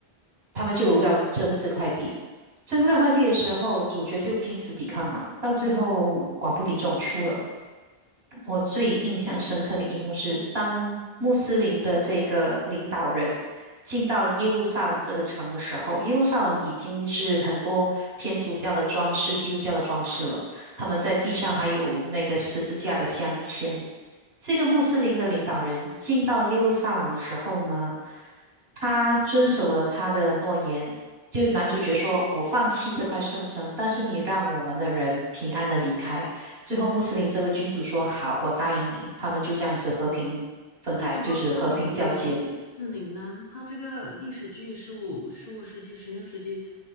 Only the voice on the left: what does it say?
哦。
为什么会有穆斯林呢？
它这个历史剧十五、十五世纪、十六世纪，